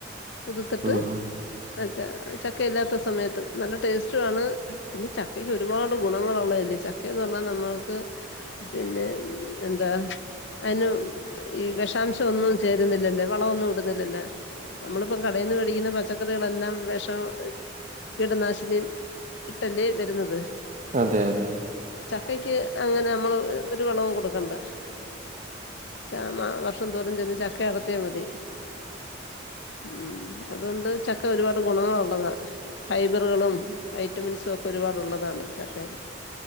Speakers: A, on the left; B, on the right.
A: കുതുത്തിട്ട്
B: ഉം ഉം
A: ച ചക്കയില്ലാത്ത സമയത്ത് നല്ല ടേസ്റ്റുആണ് പിന്നെ ചക്കക്ക് ഒരുപാട് ഗുണങ്ങളുള്ളതല്ലേ ചക്കെന്ന് പറഞ്ഞാ നമ്മൾക്ക് പിന്നെ എന്താ അയിന് ഈ വിഷാംശഒന്നും ചേരുന്നില്ലല്ലേ വളമൊന്നും ഇടുന്നില്ലല്ലേ നമ്മളിപ്പം കടയിന്ന് മേടിക്കുന്ന പച്ചക്കറികളെല്ലാം വെഷം കീടനാശിനി ഇട്ടല്ലേ വരുന്നത്
B: അതെ അതെ
A: ഇവക്ക് അങ്ങനെ നമ്മള് ഒരു വളവും കൊടുക്കണ്ട ക്ഷാമ വർഷംതോറും ചെന്ന് ചക്ക അടത്തിയ മതി ഉം അതുകൊണ്ട് ചക്ക ഒരുപാട് ഗുണങ്ങളുള്ളതാ ഫൈബറുകളും വൈറ്റമിൻസുഒക്കെ- ഒരുപാടുള്ളതാണ് ചക്കയില്